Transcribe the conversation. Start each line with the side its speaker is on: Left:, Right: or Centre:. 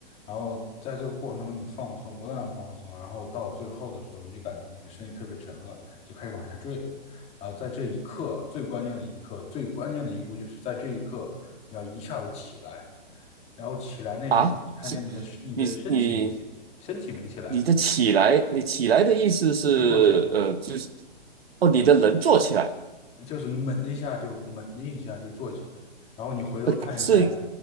Left: 然后在这个过程中你放松，不断的放松，然后到最后的时候，你就感觉你的身体特别沉了，就开始往下坠了。然后在这一刻，最关键的一刻，最关键的一步就是在这一刻，你要一下子起来。然后起来那一刻，
Right: 啊，
Left: 你看见你的身你的身体没起，
Right: 是你你
Left: 身体没起来，
Right: 你的起来，你起来的意思是，
Left: 就坐起来，
Right: 呃，就是哦，你的人坐起来，
Left: 就是猛的一下就猛的一下就坐起来，然后你回头看一下，
Right: 呃，是